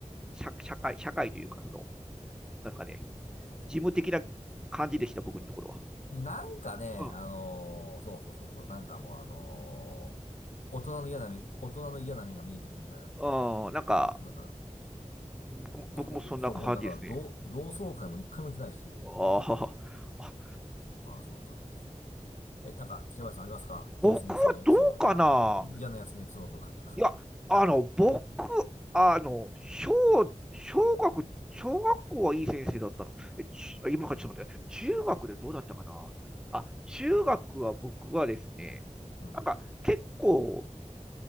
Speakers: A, in the centre; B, on the left (about 70°).
A: 社、社会、社会というか、その、なんですかね、事務的な感じでした、僕のところは。
B: い。なんかね、
A: うん、
B: あのーそうそうそう、なんかもうあのー大人の嫌な面、大人の嫌な面が見えてきたみたいな。
A: うん、うん、なんか、
B: なんか、
A: 僕も僕もそんな感じですね。
B: 高校も、だから同、同窓会も一回も行ってないし、
A: あーあ、
B: ああ、そんなんです。え、なんか、平林さんありますかいい先生のエピソードとか、
A: 僕はどうかな
B: 嫌なやつのエピソードとか。
A: いや、あの、僕、あの、小、小学、小学校はいい先生だったの。え、ち、
B: お
A: 今からちょっと待って、中学でどうだったかなあ、中学は僕はですね、
B: うん。
A: なんか結構、